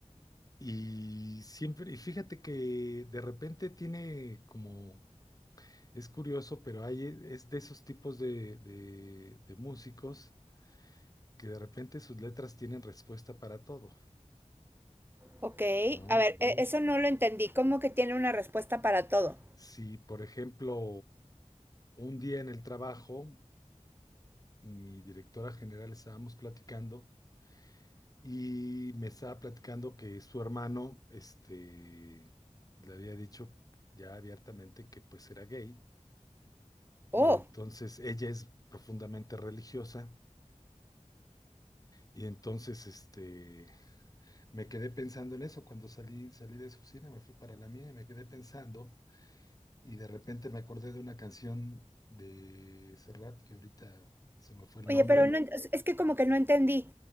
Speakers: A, on the left; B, on the right.
A: y siempre, y fíjate que de repente tiene como, es curioso, pero hay, e, es de esos tipos de, de, de músicos que de repente sus letras tienen respuesta para todo,
B: Ok,
A: ¿no?
B: a ver, e- eso no lo entendí. ¿Cómo que tiene una respuesta para todo?
A: Si, por ejemplo, un día en el trabajo, mi directora general estábamos platicando. Y me estaba platicando que su hermano, este, le había dicho ya abiertamente que pues era gay. Y
B: Oh,
A: entonces ella es profundamente religiosa. Y entonces, este, me quedé pensando en eso cuando salí, salí de su oficina, me fui para la mía y me quedé pensando. Y de repente me acordé de una canción de Serrat, que ahorita se me fue el
B: oye,
A: nombre.
B: pero no, ent- es que como que no entendí.